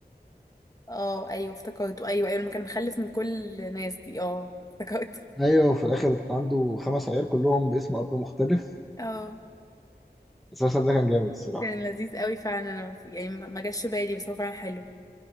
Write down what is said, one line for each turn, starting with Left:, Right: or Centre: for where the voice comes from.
Left: اه أيوة افتكرته أيوة أيوة لما كان مخلف من كل الناس دي اه افتكرته
Centre: ايوه وفي الاخر عنده خمس عيال كلهم باسم اب مختلف
Left: اه
Centre: اساسا ده كان جامد الصراحه
Left: كان لذيذ قوي فعلا أنا يعني ما ما جاش بالي بس هو فعلا حلو